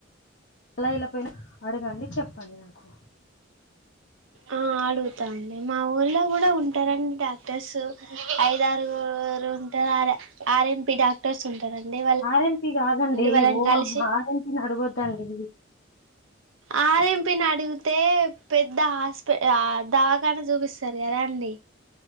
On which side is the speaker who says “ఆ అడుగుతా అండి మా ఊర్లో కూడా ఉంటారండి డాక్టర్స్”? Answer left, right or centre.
Right